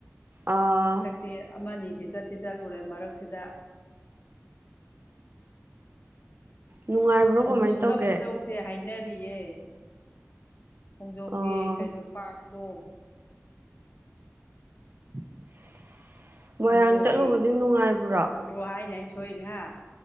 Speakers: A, on the right (about 45°); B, on the left (about 45°).
A: ꯑꯥ
B: ꯍꯟꯗꯛꯇꯤ ꯑꯃꯅꯤꯗꯤ ꯆꯠꯇꯤ ꯆꯠꯂꯨꯔꯦ ꯃꯔꯛꯁꯤꯗ
A: ꯅꯨꯡꯉꯥꯏꯕ꯭ꯔꯣ
B: ꯈꯣꯡꯖꯣꯝꯗ
A: ꯀꯃꯥꯏꯅ ꯇꯧꯒꯦ
B: ꯑꯃꯨꯛ ꯆꯧꯁꯦ ꯍꯥꯏꯅꯔꯤꯌꯦ ꯈꯣꯡꯖꯣꯝꯒꯤ
A: ꯑꯣ
B: ꯀꯩꯅꯣ ꯄꯥꯔꯛꯇꯣ
A: <inaudible>
B: ꯑꯟꯗ꯭ꯔꯣꯒꯤ
A: ꯆꯠꯂꯨꯕꯗꯤ ꯅꯨꯡꯉꯥꯏꯕ꯭ꯔꯣ
B: ꯑꯟꯗ꯭ꯔꯣ ꯍꯥꯏꯅꯦ ꯑꯩꯅ ꯁꯣꯏꯔꯤꯁꯦ ꯍꯥ